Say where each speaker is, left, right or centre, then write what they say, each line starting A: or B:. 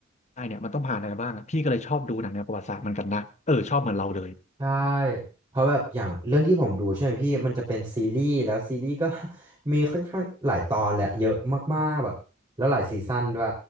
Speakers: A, on the left; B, on the right.
A: ได้เนี่ยมันต้องผ่านอะไรบ้างอะพี่ก็เลยชอบดูหนังแนวประวัติศาสตร์เหมันกันนะเออชอบเหมือนเราเลย
B: ใช่เพราะแบบอย่างเรื่องที่ผมดูใช่ไหมพี่มันจะเป็นซีรีส์แล้วซีรีส์ก็ <laughs> มีค่อนข้างหลายตอนแหละเยอะมากๆแบบแล้วหลายซีซั่นด้วย